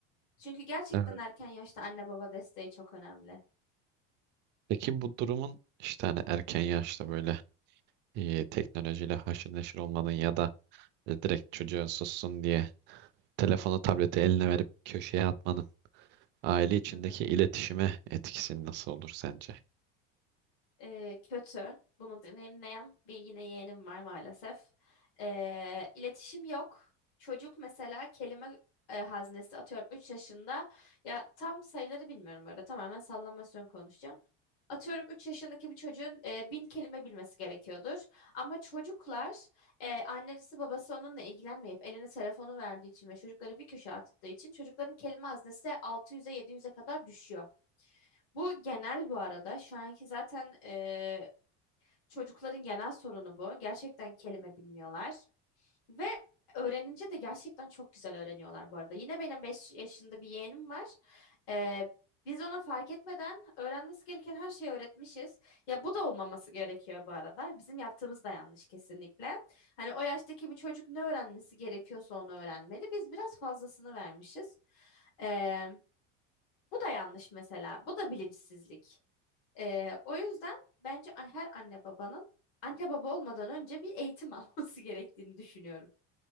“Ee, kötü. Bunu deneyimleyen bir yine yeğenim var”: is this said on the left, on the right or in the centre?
Left